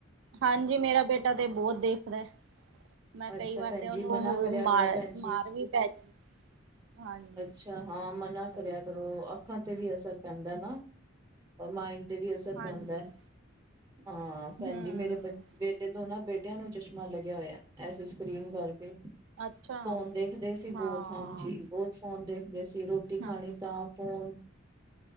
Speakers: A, on the right; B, on the right.
A: ਹਾਂਜੀ, ਮੇਰਾ ਬੇਟਾ ਤੇ ਬਹੁਤ ਦੇਖਦਾ ਹੈ। ਮੈਂ
B: ਅੱਛਾ
A: ਕਈ ਵਾਰ
B: ਭੈਣ
A: ਤੇ
B: ਜੀ
A: ਉਹਨੂੰ
B: ਮਨਾ ਕਰਿਆ
A: ਮਾਰ,
B: ਕਰੋ ਭੈਣ ਜੀ।
A: ਮਾਰ ਵੀ ਪੈ ਜਾਂਦੀ
B: ਅੱਛਾ, ਹਾਂ ਮਨਾ
A: ਹਾਂਜੀ
B: ਕਰਿਆ ਕਰੋ, ਅੱਖਾਂ ਤੇ ਵੀ ਅਸਰ ਪੈਂਦਾ ਨਾ। ਔਰ ਮਾਈਂਡ ਤੇ ਵੀ ਅਸਰ
A: ਹਾਂਜੀ
B: ਪੈਂਦਾ ਹਾਂ, ਭੈਣਜੀ
A: ਹਮ
B: ਮੇਰੇ ਬੱਚ ਤੇ ਦੋਨਾਂ ਬੇਟਿਆਂ ਨੂੰ ਚਸ਼ਮਾ ਲੱਗਿਆ ਹੋਇਆ, ਐਸ ਸਕਰੀਨ ਕਰਕੇ। ਫ਼ੋਨ
A: ਅੱਛਾ
B: ਦੇਖਦੇ ਸੀ, ਬਹੁਤ
A: ਹਾਂ
B: ਹਾਂਜੀ, ਬਹੁਤ ਫ਼ੋਨ ਦੇਖਦੇ ਸੀ ਰੋਟ ਰੋਟੀ ਖਾਣੀ
A: ਹਾਂ
B: ਤਾਂ ਫ਼ੋਨ,